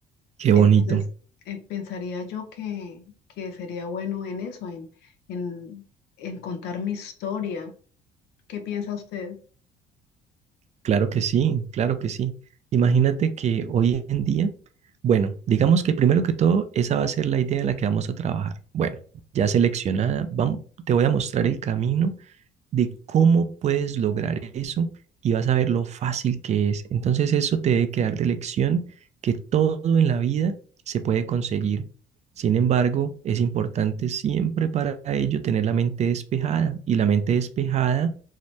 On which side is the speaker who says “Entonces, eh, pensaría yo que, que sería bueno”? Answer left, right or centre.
Left